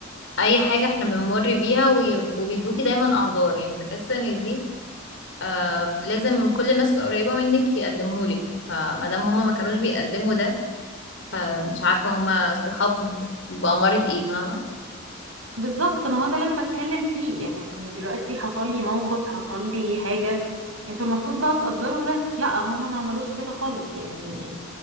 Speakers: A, on the left; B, on the right.
A: اي حاجه احنا بنمر بيها ويبقوا بيدوكي دايما اعذار يعني بحس ان دي آه لازم كل الناس القريبه منك يقدمهولك فما دام هما ما كانوش بيقدموا ده فمش عارفه هما صحاب بأمارة ايه فاهمه
B: بالظبط ما هو ده اللي انا بتكلم فيه يعني دلوقتي حصل لي موقف حصل لي حاجة انتوا المفروض بقى تقدروا ده لا هما ما عملوش كده خالص يعني